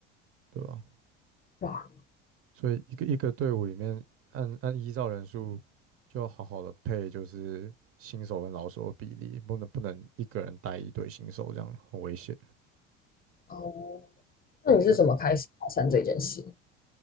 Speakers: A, on the right; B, on the left.
A: 对吧？
B: 哇，
A: 所以一个一个队伍里面，按按依照人数，就要好好的配，就是新手跟老手的比例，不能不能一个人带一队新手，这样很危险。
B: 哦，那你是怎么开始爬山这件事？
A: 对，